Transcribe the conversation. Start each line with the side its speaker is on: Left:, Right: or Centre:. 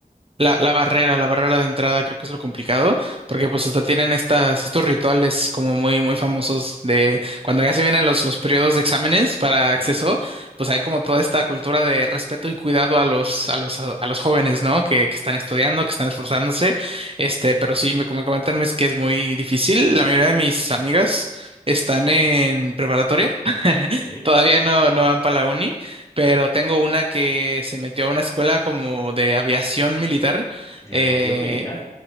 Right: La, la barrera, la barrera de entrada creo que es lo complicado, porque pues hasta tienen estas, estos rituales como muy, muy famosos de cuando ya se vienen los, los periodos de exámenes para
Left: Sí,
Right: acceso, pues hay como toda esta cultura de respeto y cuidado a los, a los, a, los jóvenes, ¿no? Que, que están estudiando, que están esforzándose, este, pero sí, me, como comentan, es que es muy difícil. La mayoría de mis amigas están en preparatoria, <laughs>
Left: sí.
Right: todavía no, no van para la uni pero tengo una que se metió a una escuela como de aviación militar.
Left: De
Right: eh,
Left: aviación militar.